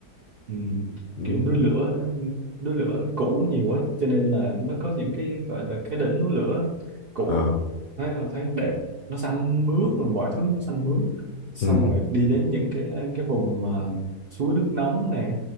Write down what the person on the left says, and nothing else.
ừ.
Ờ.
Ừ.